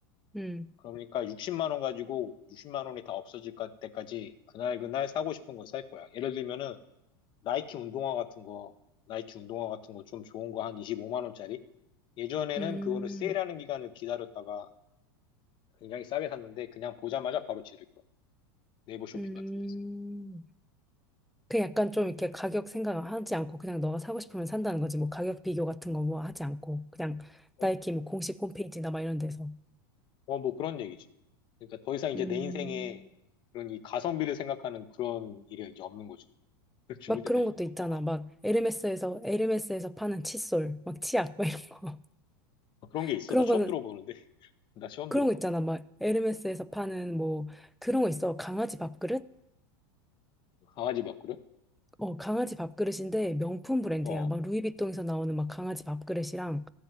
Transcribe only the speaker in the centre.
음,
음,
음.
그 약간 좀 이렇게 가격 생각하지 않고 그냥 너가 사고 싶으면 산다는 거지. 뭐 가격 비교 같은 거 뭐 하지 않고 그냥
나이키 뭐 공식 홈페이지나 막 이런 데서
음,
막
그런 것도
있잖아. 막 에르메스에서 에르메스에서 파는 칫솔, 막 치약 막 이런 거.
<laughs>
그런
거는
그런
거 있잖아. 막 에르메스에서 파는 뭐 그런 거 있어. 강아지 밥그릇?
어, 강아지 밥그릇인데 명품 브랜드야.
막 루이비통에서 나오는 막 강아지 밥그릇이랑